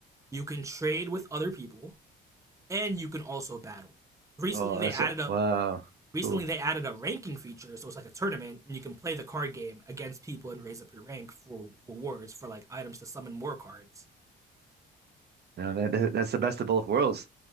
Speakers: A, on the right; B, on the right.
A: You can trade with other people, and you can also battle. Recently,
B: Oh,
A: they
B: that's
A: added
B: a,
A: a
B: wow,
A: recently
B: cool.
A: they added a ranking feature, so it's like a tournament, and you can play the card game against people and raise up your rank for rewards for like items to summon more cards.
B: No, that, that- that's the best of both worlds.